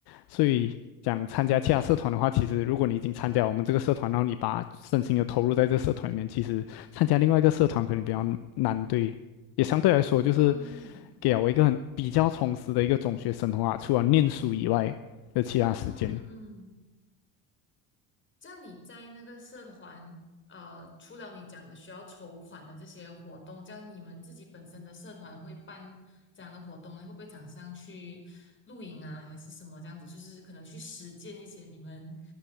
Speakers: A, on the left (about 65°); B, on the left (about 25°).
A: 所以。讲参加其他社团的话，其实如果你已经参加我们这个社团，然后你把身心又投入在这个社团里面，其实参加另外一个社团可能比较难，对。也相对来说就是
B: 嗯
A: 给了我一个很比较充实的一个中学生活啊，除了念书以外的其他时间。
B: 嗯嗯。这样你在那个社团，呃，除了你讲的需要筹款的这些活动，这样你们自己本身的社团会办这样的活动呢会不会讲像去露营啊，还是什么这样子？就是可能去实践一些你们